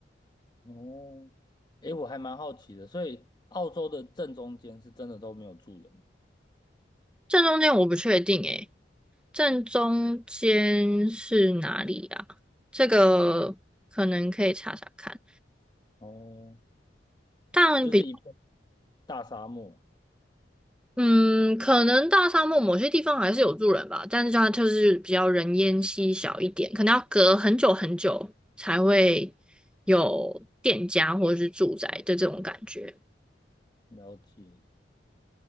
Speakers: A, on the left (about 25°); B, in the centre.
A: 哦，诶，我还蛮好奇的，所以澳洲的正中间是真的都没有住人，
B: 正中间我不确定诶。正中间是哪里啊？这个可能可以查查看。
A: 哦，
B: 但比
A: 就是一片大沙漠。
B: 嗯，可能大沙漠某些地方还是有住人吧，但是它就是比较人烟稀少一点，可能要隔很久很久才会有店家或者是住宅的这种感觉。
A: 了解。